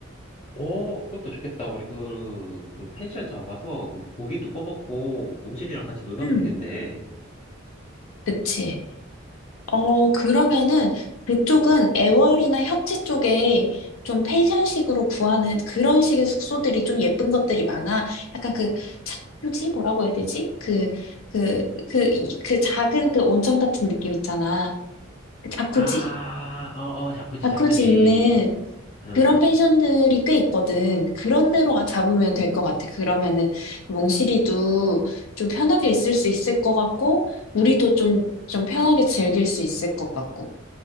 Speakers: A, on the left; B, on the left.
A: 오, 그것도 좋겠다. 우리 그, 그 펜션 잡아서 그 고기도 꺼먹고 몽실이랑 같이 놀 가면
B: 응,
A: 되겠네.
B: 그치. 어, 그러면은 그쪽은 애월이나 협재 쪽에 좀 펜션식으로 구하는 그런 식의 숙소들이 좀 예쁜 것들이 많아. 약간 그 자유지 뭐라고 해야 되지? 그, 그, 그, 이- 그 작은 그 온천 같은 느낌 있잖아. 그 자쿠지.
A: 아, 어, 어, 자쿠지,
B: 자쿠지
A: 자쿠지.
B: 있는
A: 응.
B: 그런 펜션들이 꽤 있거든. 그런 데로 잡으면 될 것 같아. 그러면은 몽실이도 좀 편하게 있을 수 있을 것 같고, 우리도 좀, 좀 편하게 즐길 수 있을 것 같고.